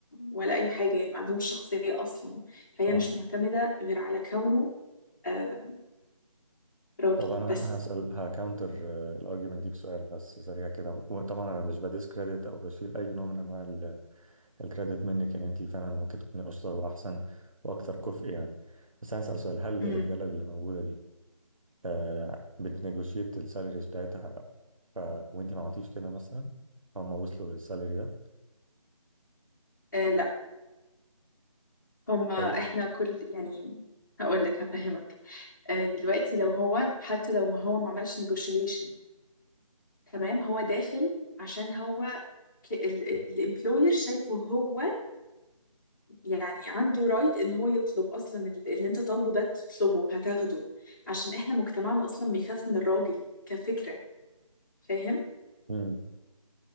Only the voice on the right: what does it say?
صح
طب انا
هسال هكاونتر الارجيومنت دي بسؤال بس سريع كده وطبعا انا مش بديس كريدت او بشيل اي نوع من انواع الكريدت منك يعني انت فعلا ممكن تكوني اشطر واحسن واكثر كفء يعني بس هسال سؤال هل
الرجاله اللي موجوده دي آه بتنيجوشيت السالاريز بتاعتها ف وانت ما عملتيش كده مثلا فهم وصلوا للسالري ده
طيب
مم.